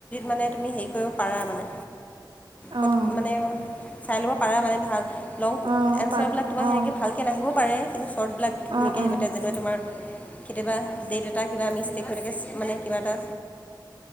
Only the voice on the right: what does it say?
অ',
অ',
পাৰো
অ',
অ', অ',